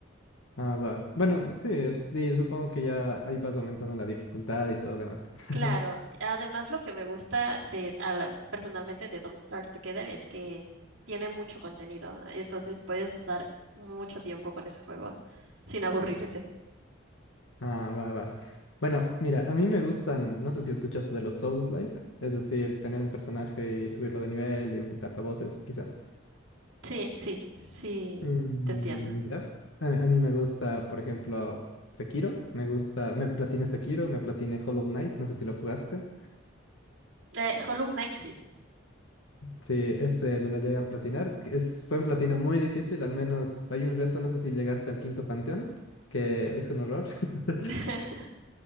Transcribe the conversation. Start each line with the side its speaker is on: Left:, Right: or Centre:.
Left: Ah, va. Bueno, sí, es, y supongo que ya ahí vas aumentando la dificultad y todo lo demás. <laughs>
Right: Claro, además lo que me gusta de a la- personalmente de Don't Starve Together es que tiene mucho contenido, entonces puedes pasar mucho tiempo con ese juego sin aburrirte.
Left: Ah, va, va. Bueno, mira, a mí me gustan, no sé si escuchaste de los Souls-like, es decir, tener un personaje y subirlo de nivel y enfrentarte a voces, quizá.
Right: Sí, sí, sí,
Left: Mm,
Right: te entiendo.
Left: ya. A, a mí me gusta, por ejemplo, Sekiro, me gusta, me platiné Sekiro, me platiné Hollow Knight, no sé si lo jugaste.
Right: Eh, Hollow Knight, sí.
Left: Sí, ese me lo llegué a platinar, que es, fue un platino muy difícil, al menos hay un reto, no sé si llegaste al quinto panteón, que es un horror. <laughs>
Right: <laughs>